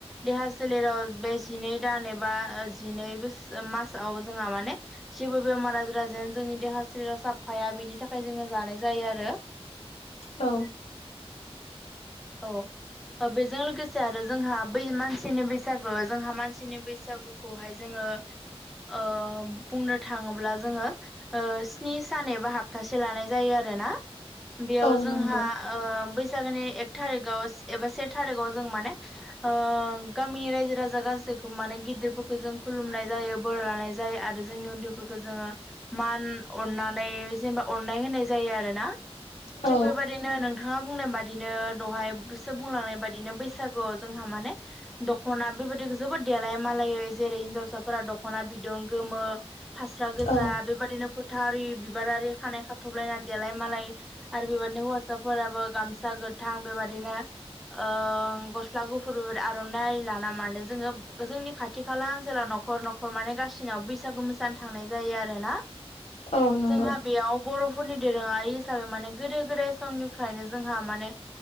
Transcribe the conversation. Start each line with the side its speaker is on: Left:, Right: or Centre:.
Centre: देहा सोलेराव बे जिनै दान एबा जिनै बोस मासाव जोंहा माने जेबो बेमार आजार जेन जोंनि देहा सोलेरा साफाया बेनि थाखाय जोङो जानाय जायो आरो
Left: औ
Centre: औ बेजों लोगोसे आरो जोंहा बै मानसिनि बैसागु जोंहा मानसिनि बैसागुखौहाय जोङो ओ बुंनो थाङोब्ला जोङो ओ स्नि सान एबा हप्तासे लानाय जायो आरो दोना बेयाव
Left: औ
Centre: जोंहा
Left: नंगौ
Centre: ओ बैसागोनि एक थारिकआव एबा से थारिखाव जों माने ओ गामिनि रायजो राजा गासैखौ माने गिदिरफोरखौ जों खुलुमनाय जायो बोर लानाय जायो आरो जोंनि उन्दैफोरखौ जोङो मान अननानै जेनेबा अननाय होनाय जायो आरो ना
Left: औ
Centre: थिग बेबायादिनो नोंथाङा बुंनाय बादिनो दहायसो बुंलांनाय बादिनो बैसागुआव जोंहा माने दख'ना बेबायदि जोबोद देलाय मालायै जेरै हिनजावसाफोरा दख'ना बिदन मो फास्रा गोजा
Left: औ
Centre: बेबायाददिनो फोथारि बिबारारि खानाय खाथ'बलायना देलाय मालाय आरो बेबाददिनो हौवासाफोराबो गामसा गोथां बेबादिनो ओ गसला स्ला गुफुरबो आर'नाइ आरि लाना मानो जोङो जोंनि खाथि खाला ओनसोलाव न'खर न'खर माने गासिना बैसागु मोसानो थांनाय जायो आरोना
Left: औ नंगौ
Centre: जोंहा बेयाव बर' फोरनि दोरोङारि हिसाबै माने गोदो गोदाय समनिफ्रायनो जोंहा माने